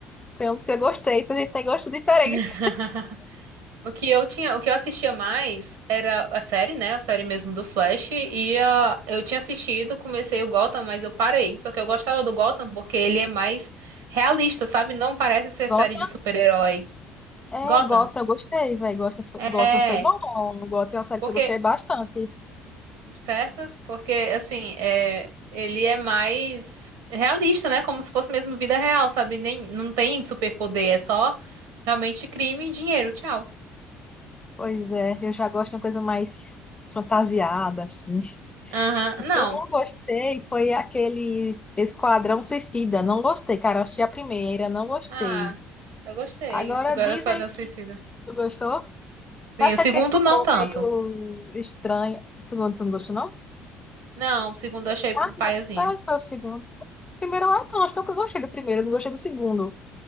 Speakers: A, on the left (about 20°); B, on the right (about 65°).
A: foi um dos que eu gostei. Então a gente tem gostos diferentes.
B: <laughs> O que eu tinha, o que eu assistia mais era a série, né? A série mesmo do Flash. E a, eu tinha assistido, comecei o Gotham, mas eu parei. Só que eu gostava do Gotham porque ele é mais realista, sabe? Não parece ser
A: <laughs>
B: série de super-herói.
A: É,
B: Gotham?
A: Gotham, eu gostei, velho. Gotham, foi-
B: É.
A: Gotham foi bom. Gotham é uma série
B: Porque
A: que eu gostei bastante.
B: certo? Porque, assim, é, ele é mais realista, né? Como se fosse mesmo vida real, sabe? Nem, não tem superpoder, é só realmente crime e dinheiro. Tchau.
A: Pois é, eu já gosto de uma coisa mais fantasiada, assim.
B: Aham,
A: O
B: Não.
A: que eu não gostei foi aquele Esquadrão Suicida. Não gostei, cara. Eu assisti a primeira, não gostei.
B: Ah, eu gostei.
A: Agora
B: O Segundo
A: dizem
B: Esquadrão Suicida.
A: que tu gostou. Eu
B: Sim,
A: acho
B: o
A: que
B: segundo
A: é porque esse humor
B: não tanto.
A: meio estranho. O segundo, tu não gostou, não?
B: Não, o segundo eu achei
A: Ah,
B: paiazinho.
A: não. Será que foi o segundo? Primeiro, ah, não. Acho que eu gostei do primeiro, não gostei do segundo.